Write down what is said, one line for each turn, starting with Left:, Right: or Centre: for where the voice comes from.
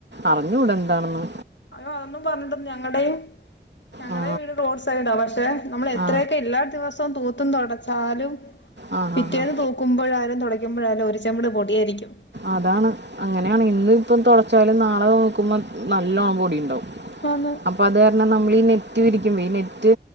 Right: അറിഞ്ഞു കൂടെ എന്താണ് എന്ന്
Left: അയ്യോ അതൊന്നും പറഞ്ഞിട്ട് ഒന്നും ഞങ്ങളുടെയും ഞങ്ങടെ
Right: ആ
Left: വീട് റോഡ് സൈഡാ പക്ഷെ നമ്മള് എത്രയൊക്കെ
Right: ആ
Left: ഇല്ലാ ദിവസം തൂ തുടചാലും
Right: ആ
Left: പിറ്റേന്ന്
Right: ആ ആ
Left: തു കുമ്പഴാലും തുടയ്ക്കുമ്പോഴാലും ഒരു ചവിട് പൊടിയായിരിക്കും
Right: അതാണ് അങ്ങനെയാണ് ഇന്ന് ഇപ്പം തുടച്ചാലും നാളെ നോക്കുമ്പോ നല്ലോണം പൊടി ഉണ്ടാവും
Left: അന്ന്
Right: അപ്പൊ അത് കാരണം നമ്മൾ ഈ നെറ്റ് വിരിക്കുമ്പോ ഈ നെറ്റ്